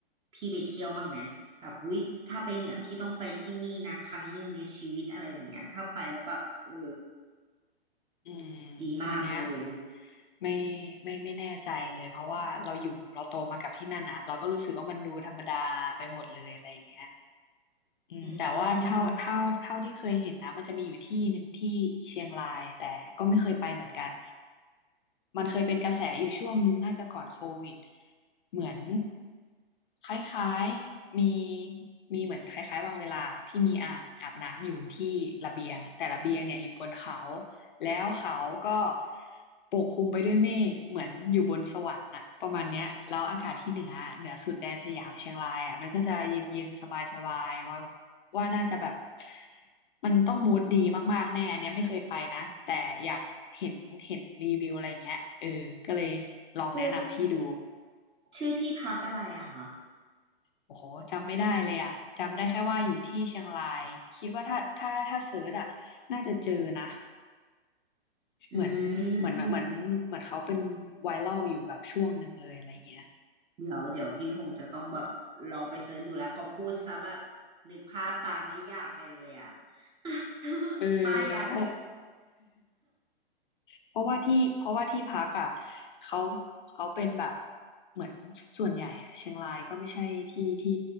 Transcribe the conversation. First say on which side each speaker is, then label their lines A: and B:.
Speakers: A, on the right; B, on the left.
A: พี่ไปเที่ยวบ้างไหมแบบอุ๊ยถ้าไปเหนือพี่ต้องไปที่นี่นะครั้งหนึ่งในชีวิตอะไรอย่างเงี้ยถ้าไปแล้วแบบเออ
B: อืม
A: ดีอืมากมเลย
B: อันเนี้ยไม่ไม่ไม่แน่ใจเลยเพราะว่าเราอยู่เราโตมากับที่นั่นอะเราก็รู้สึกว่ามันดูธรรมดาไปหมดเลยอะไรอย่างเงี้ย อืมแต่ว่าเท่าเท่าเท่าที่เคยเห็นนะมันจะมีอยู่ที่หนึ่งที่เชียงรายแต่ก็ไม่เคยไปเหมือนกัน
A: อืม
B: มันเคยเป็นกระแสอยู่ช่วงหนึงน่าจะก่อนโควิดเหมือนคล้ายๆมีมีเหมือนคล้ายๆวางเวลาที่มีอ่างอาบน้ำอยู่ที่ระเบียงแต่ระเบียงเนี่ยอยู่บนเขาแล้วเขาก็ปกคลุมไปด้วยเมฆเหมือนอยู่บนสวรรค์น่ะประมาณเนี้ยแล้วอากาศที่เหนือเหนือสุดแดนสยามเชียงรายอ่ะมันก็จะเย็นๆสบายๆว่า ว่าน่าจะแบบมันต้องมูดดีมากๆแน่อันเนี้ยไม่เคยไปนะแต่อยากเห็นเห็นรีวิวอะไรอย่างเงี้ยเออก็เลยลองแนะนำพี่ดู
A: อืมคือชื่อที่พักอะไรอะคะ
B: โอ้โหจำไม่ได้เลยอ่ะจำได้แค่ว่าอยู่ที่เชียงรายคิดว่าถ้าถ้าถ้าเสิร์ชอ่ะน่าจะเจอนะ
A: อื
B: เหมือนเหมือนเหมือนเหมือนเขาเป็นไวรัลอยู่แบบช่วงหนึ่งเลยอะไรอย่างเงี้ย
A: มเดี๋ยวเดี๋ยวพี่คงจะต้องแบบลองไปเสิร์ชดูแล้วพอพูดซะแบบนึกภาพตามแล้วอยากไปเลยอะ <laughs>
B: เออ
A: ปายยาเกะ
B: เพราะ เพราะว่าที่เพราะว่าที่พักอ่ะเขาเขาเป็นแบบเหมือนส่วนใหญ่อ่ะเชียงรายก็ไม่ใช่ที่ที่